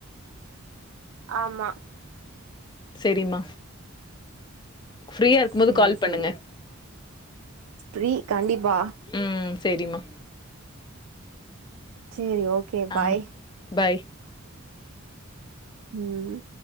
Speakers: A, on the right; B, on the left.
A: ஆமா
B: செரிமா ஃப்ரீயாருக்கு போது
A: செரி
B: கால் பண்ணுங்க
A: செரி ஃப்ரீ கண்டிப்பா
B: ம் சேரிமா
A: சேரி ஓகே
B: ஆ
A: பாய்
B: பாய்
A: ம்